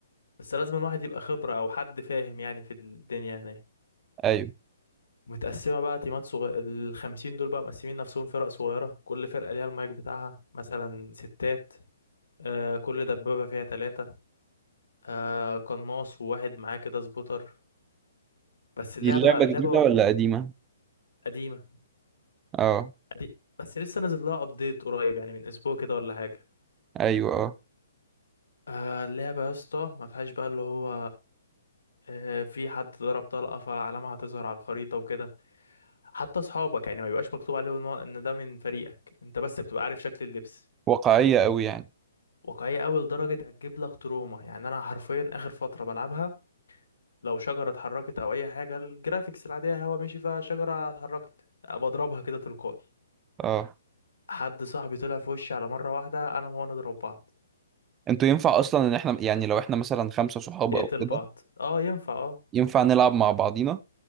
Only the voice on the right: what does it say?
ايوه
دي اللعبة
جديدة ولا قديمة؟
اه
ايوه اه
واقعية قوي يعني
اه
انتوا ينفع اصلا ان احنا يعني لو احنا مثلا خمسة صحاب
او كده
ينفع نلعب مع بعضينا